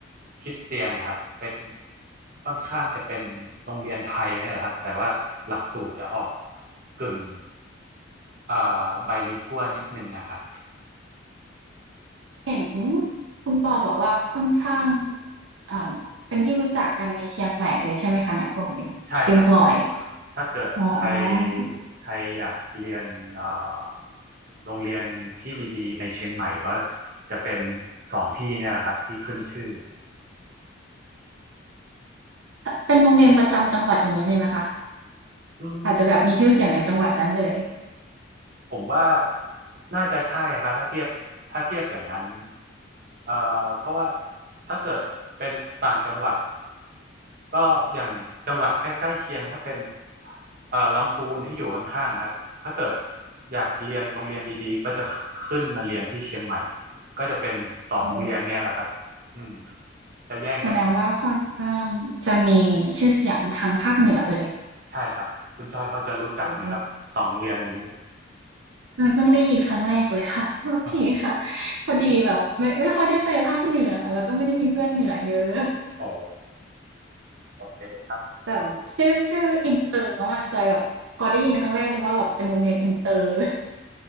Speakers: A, on the right; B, on the right.
A: คริสเตียนนะครับเป็นค่อนข้างจะเป็นโรงเรียนไทยเนี่ยแหละครับแต่ว่าหลักสูตรจะออกกึ่งเอ่อไบลิงกัวนิดนึงอะครับ
B: เห็นคุณปอบอกว่าค่อนข้างอ่าเป็นที่รู้จักกันในเชียงใหม่เลยใช่ไหมคะเนี่ยบอกเนี่ยเป็นซอย
A: ใช่ครับ ถ้าเกิดใคร
B: อ๋อ
A: ใครอยากเรียนเอ่อโรงเรียนที่ดีๆในเชียงใหม่ก็จะเป็นสองที่เนี่ยแหละครับที่ขึ้นชื่อ
B: เป็นโรงเรียนประจำจังหวัดอย่างนี้เลยไหมคะ
A: อื
B: อาจจะแบบมีชื่อเสียงในจังหวัดนั้นเลย
A: ม ผมว่าน่าจะใช่ครับถ้าเทียบถ้าเทียบอย่างนั้นเอ่อเพราะว่าถ้าเกิดเป็นต่างจังหวัดก็อย่างจังหวัดใกล้ๆเคียงถ้าเป็นเอ่อลำพูนที่อยู่ข้างๆครับถ้าเกิดอยากเรียนโรงเรียนดีๆก็จะขึ้นมาเรียนที่เชียงใหม่ก็จะเป็นสองโรงเรียนเนี่ยแหละครับอืม
B: โอ้
A: จะแย่งกัน
B: แสดงว่าค่อนข้างจะมีชื่อเสียงทางภาคเหนือเลย
A: ใช่ครับคุณจอยพอจะรู้จักไหมครับสองโรงเรียนนี้
B: โอ้ใช่เพิ่งได้ยินครั้งแรกเลยค่ะโทษทีค่ะ
A: อ๋อ
B: พอดีแบบไม่ไม่ค่อยได้ไปภาคเหนือ แล้วก็ไม่ได้มีเพื่อนเหนือเยอะ
A: อ๋อโอเคครับ
B: แต่แบบชื่อชื่ออินเตอร์มากจอยแบบพอได้ยินครั้งแรกนึกว่าแบบเป็นโรงเรียนอินเตอร์เลย